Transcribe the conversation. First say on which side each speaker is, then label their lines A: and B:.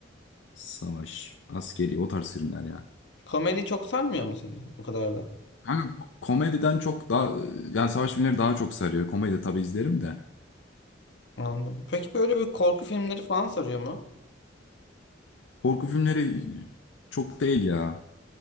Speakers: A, on the left; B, on the left.
A: savaş, askeri o tarz filmler ya.
B: Komedi çok sarmıyor mu seni? O kadar da.
A: Kanka komediden çok daha yani savaş filmleri daha çok sarıyor. Komedi tabii izlerim de.
B: Anladım. Peki böyle bir korku filmleri falan sarıyor mu?
A: Korku filmleri çok değil ya.